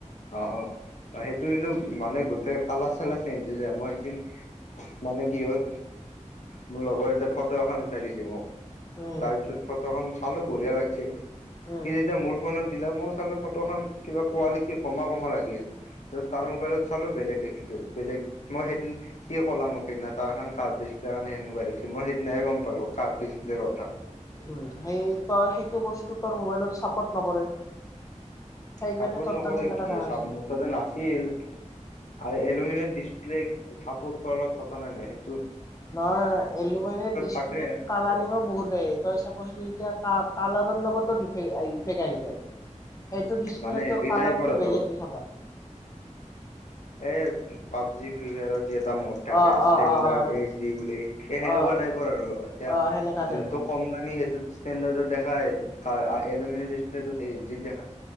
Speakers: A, on the left (about 70°); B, on the left (about 25°).
A: অ' - অ'। অ' সেইটোৱে ল মানে গোটেই কালাৰ-চালাৰ চেঞ্জ হৈ যায়। মই এদিন, মানে কি হ'ল, মোৰ লগৰ এটা ফটো এখন উঠাই দিছি মোক।
B: উম
A: তাৰপিছত ফটোখন পালোঁ। বঢ়িয়া লাগছে।
B: উম
A: সি যেতিয়া মোৰ ফোনত দিলাত মই চালোঁ ফটোখন, কিবা কোৱালিটি কমা-কমা লাগি আছে। তো তাৰ মোবাইলত চালোঁ বেলেগ দেখিলোঁ- বেলেগ। মই সেইদিনা- সি ক'লাক মোক সেইদিনা। তাৰ কাৰ্ব ডিছপ্লেৰ কাৰণে সেনেকুৱা দেখছি। মই সেইদিনাহে গম পালোঁ কাৰ্ব ডিছপ্লেৰ কথা।
B: উম, সেই তই- সেইটো বস্তু তোৰ মোবাইলত ছাপৰ্ট নকৰে। সেইকাৰণে
A: ছাপৰ্ত
B: তোৰ
A: নকৰে
B: তাত সেনেকা
A: কি?
B: দেখাইছে
A: ছা- মোৰ তাতে নাছিল। আৰু এলুমিনিয়াম ডিছপ্লে চাপৰ্ট কৰাৰ লগত কথা নাই, নয়। সেই
B: নহয়, এলুমিনিয়াৰ ডিছপ্লে
A: থাকে
B: কালাৰিঙো বহুত দে। তই ছাপ'ছলি এতিয়া কা- কালাৰৰ লগতো ডিফেক্ট আহি- ইফেক্ট আহি যায়। সেইটো ডিছপ্লেটোৰ
A: মানে হেৰি
B: কালাৰটো
A: টাইপৰ আৰু
B: বেলেগ দেখা পায়।
A: এই পাবজি, ফ্ৰী ফায়াৰত দিয়া এটা মোড থাকে
B: অ
A: ষ্টেণ্ডাৰ্ড
B: অ অ অ
A: এইচ ডি বুলি। সেই সেনেকুৱা
B: অ
A: টাইপৰ আৰু। এতিয়া
B: অ সেনেকা টাইপৰ
A: যোনটো কম দামী, সেইটো ষ্টেণ্ডাৰ্ডৰত দেখায়। কা- এলুমিনিয়াম ডিছপ্লেটোত এইচ ডিত দে